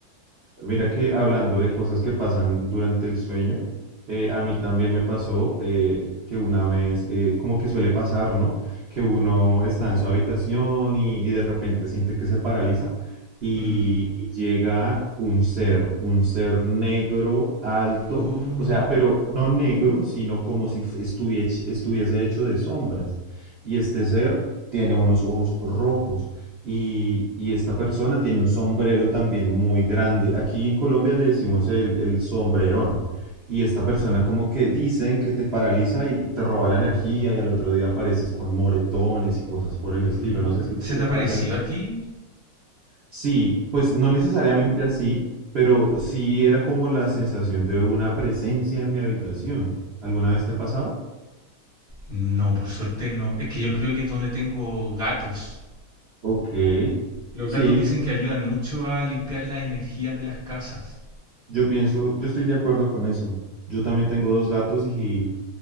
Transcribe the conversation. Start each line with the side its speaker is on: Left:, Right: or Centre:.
Right: Mira que hablando de cosas que pasan durante el sueño, eh, a mí también me pasó eh, que una vez, eh, como que suele pasar, ¿no? Que uno está en su habitación y, y de repente siente que se paraliza y,
Left: Mm.
Right: y llega un ser, un ser negro, alto,
Left: Oh,
Right: o sea, pero no negro, sino como si estuviese, estuviese hecho de sombras. Y este ser tiene unos ojos rojos. Y, y esta persona tiene un sombrero también muy grande. Aquí en Colombia le decimos el, el sombrerón. Y esta persona como que dicen que te paraliza y, y te roba la energía y al otro día apareces con moretones y cosas por el
Left: mm.
Right: estilo. No sé si en
Left: ¿Se
Right: Chile
Left: te apareció
Right: pase algo.
Left: a ti?
Right: Sí, pues no necesariamente así, pero sí era como la sensación de una presencia en mi habitación. ¿Alguna vez te ha pasado?
Left: No, por suerte no. Es que yo creo que es donde tengo gatos.
Right: Ok.
Left: Los
Right: Sí,
Left: gatos dicen que ayudan mucho a limpiar las energías de las casas.
Right: yo pienso, yo estoy de acuerdo con eso. Yo también tengo dos gatos y,